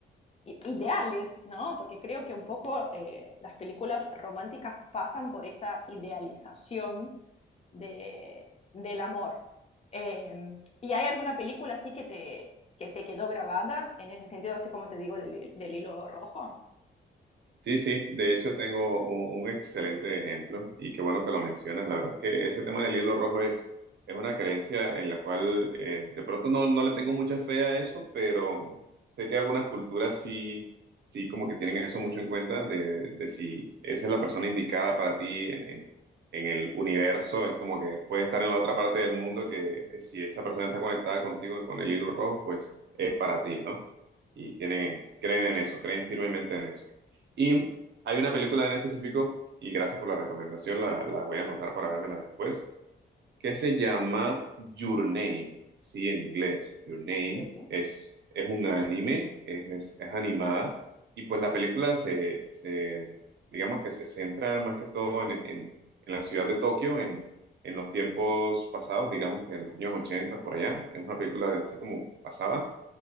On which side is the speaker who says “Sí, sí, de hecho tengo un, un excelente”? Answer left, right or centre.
Right